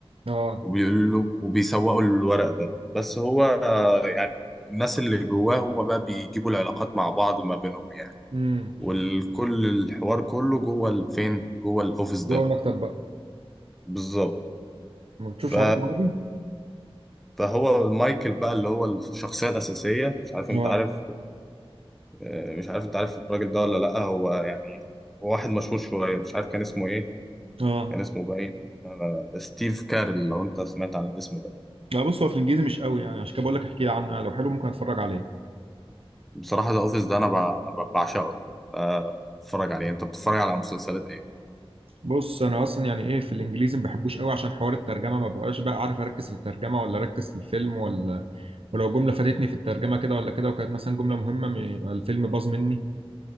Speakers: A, on the right; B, in the centre.
A: اه
B: وبيقولوا وبيسوقوا الورق ده بس هو آه، يعني الناس اللي جواه هم بقى بيجيبوا العلاقات مع بعض ما بينهم يعني
A: امم
B: والكل الحوار كله جوه الفين جوه الاوفيس
A: جوه
B: ده
A: المكتب بقى
B: بالظبط
A: ما بتشوفش
B: ف...
A: حاجات عربي
B: فهو مايكل بقى اللي هو الشخصية الأساسية مش عارف انت
A: اه
B: عارف آه، مش عارف انت عارف الراجل ده ولا لأ هو يعني هو واحد مشهور شوية مش عارف كان اسمه ايه
A: اه
B: كان اسمه باين آه، ستيف كارل لو انت سمعت عن الاسم ده
A: لا بص هو في الانجليزي مش قوي يعني عشان كده بقول لك احكي لي عنه يعني لو حلو ممكن اتفرج عليه
B: بصراحة ذا اوفيس ده انا ب... انا ب- بعشقه يعني آه، اتفرج عليه انت بتتفرج على مسلسلات ايه
A: بص انا اصلا يعني ايه في الانجليزي ما بحبوش قوي عشان حوار الترجمه ما ببقاش بقى عارف اركز في الترجمه ولا اركز في الفيلم ولا ولو جمله فاتتني في الترجمه كده ولا كده وكانت مثلا جمله مهمه م- يبقى الفيلم باظ مني